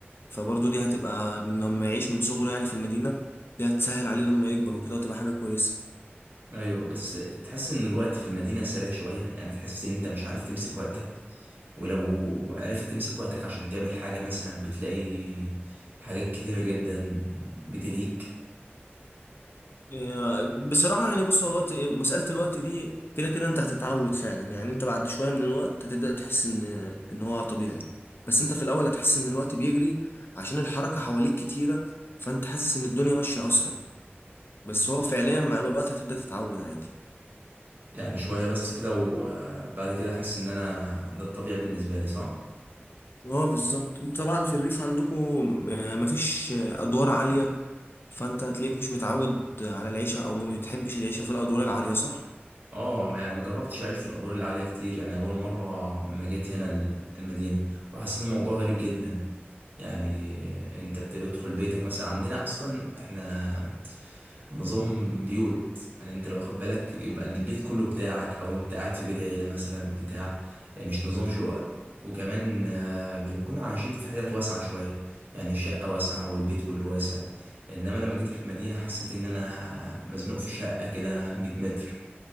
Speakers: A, on the left (about 60°); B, on the right (about 50°).
A: فبرضو دي هتبقى من لما يعيش من صغره يعني في المدينة دي هتسهل عليه لما يكبر وكده وتبقى حاجة كويسة
B: ايوه بس تحس ان الوقت في المدينه سريع شويه يعني تحس ان انت مش عارف تمسك وقتك ولو عرفت تمسك وقتك عشان تعمل حاجه مثلا بتلاقي حاجات كتيره جدا بتلهيك
A: آه، بصراحة يعني بص هو الوقت مسألة الوقت دي كده كده انت هتتعود فعلا يعني انت بعد شوية من الوقت هتبدأ تحس ان ان هو طبيعي بس انت في الأول هتحس ان الوقت بيجري عشان الحركة حواليك كتيرة فانت حاسس ان الدنيا ماشية أسرع بس هو فعليا مع الوقت هتبدأ تتعود عادي
B: يعني شويه بس كده وبعد كده احس ان انا ده الطبيعي بالنسبه لي صح
A: اه بالظبط انت طبعا في الريف عندكم م- مفيش أدوار عالية فانت هتلاقيك مش متعود على العيشة او ما بتحبش العيشة في الأدوار العالية صح؟
B: اه ما- يعني ما جربتش اعيش في الادوار العاليه كتير يعني اول مره ما جيت هنا ال- المدينه وحسيت الموضوع غريب جدا يعني انت بتدخل بيتك مثلا عندنا اصلا احنا نظام بيوت يعني انت لو واخد بالك يبقى البيت كله بتاعك او انت قاعد في بيت عيله مثلا بتاع يعني مش نظام شقق وكمان آه، بنكون عايشين في حتت واسعه شويه يعني الشقه واسعه والبيت كله واسع انما لما جيت المدينه حسيت ان انا مزنوق في شقه كده 100 متر